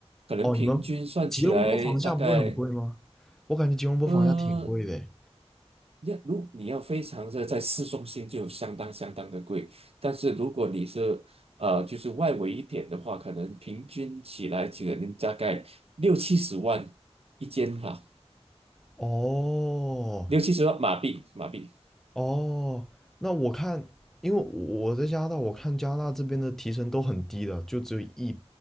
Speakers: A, on the right; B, in the centre.
A: 可能平均算起来大概，
B: 哦，你们吉隆坡房价不会很贵吗？我感觉吉隆坡房价挺贵的诶
A: 呃，你要如你要非常的在市中心就相当相当的贵，但是如果你是呃就是外围一点的话，可能平均起来可能大概六七十万一间吧，
B: 哦
A: 六七十万马币马币
B: 哦，那我看，因为我在加拿大，我看加拿大这边的提成都很低的，就只有一